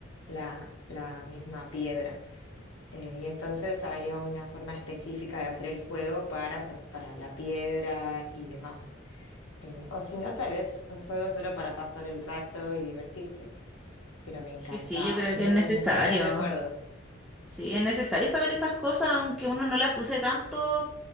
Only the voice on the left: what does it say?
la, la misma piedra. Eh, y entonces había una forma específica de hacer el fuego para, sos- para la piedra y demás. Eh, o si no, tal vez un fuego solo para pasar el rato y divertirte. Pero me encantaba,
tengo
los mejores recuerdos.